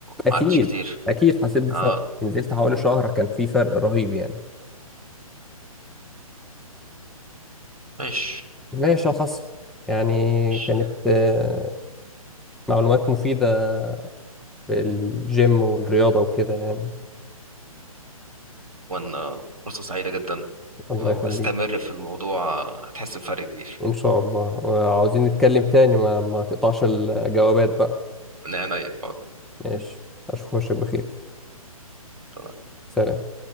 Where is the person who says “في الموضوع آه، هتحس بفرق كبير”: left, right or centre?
Right